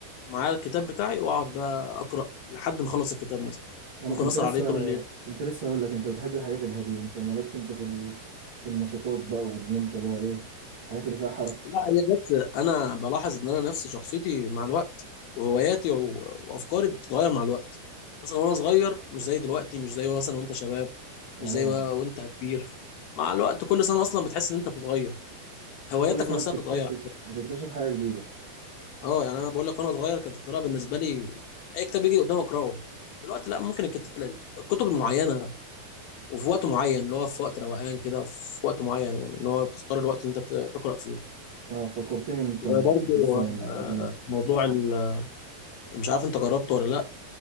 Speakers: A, on the left; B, on the right.
A: معايا الكتاب بتاعي واقعد بقى اقرا لحد ما اخلص الكتاب مثلا
B: انا
A: ممكن
B: كنت
A: اسهر
B: لسه
A: عليه طول الليل
B: كنت لسه هقول لك انت بتحب الحاجات الهادية انت مالكش انت في ال... في النشاطات بقى وان انت بقى ايه الحاجات اللي فيها حركة
A: لا هي بس انا بلاحظ ان انا نفسي شخصيتي مع الوقت وهواياتي و- وافكاري بتتغير مع الوقت مثلا وانا صغير مش زي دلوقتي مش زي مثلا وانت شباب
B: اه
A: مش زي و- وانت كبير مع الوقت كل سنه اصلا بتحس ان انت بتتغير هواياتك
B: كل سنة
A: نفسها
B: بتكتشف
A: بتتغير
B: بتكتشف حاجة جديدة
A: اه يعني انا بقول لك وانا صغير كانت القراءه بالنسبه لي اي كتاب يجي قدامي اقراه دلوقتي لا ممكن الكت- الكتب المعينه وفي وقت معين اللي هو في وقت روقان كده وفي وقت معين يعني اللي هو بتختار الوقت اللي انت ت- تقرا فيه
B: اه فكرتني انت
A: وبرضه
B: بالزمن
A: آه،
B: القديم
A: موضوع ال- مش عارف انت جربته ولا لا